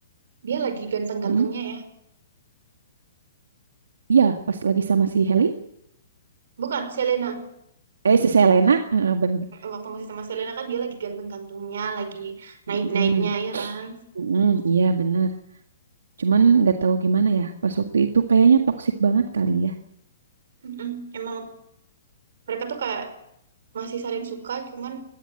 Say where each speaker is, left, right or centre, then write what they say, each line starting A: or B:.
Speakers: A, on the right; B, on the right.
A: dia lagi ganteng-gantengnya
B: Mm,
A: ya
B: Iya, pas lagi sama si Heli,
A: bukan Selena
B: eh si Selena, Heeh, bener.
A: Eh, waktu masih sama Selena kan dia lagi ganteng-gantengnya lagi naik-naiknya
B: Mm,
A: ya kan
B: mm, Iya bener. Cuman nggak tahu gimana ya. Pas waktu itu kayaknya toksik banget kali ya.
A: Mm-mm. Emang mereka tuh kayak masih saling suka, cuman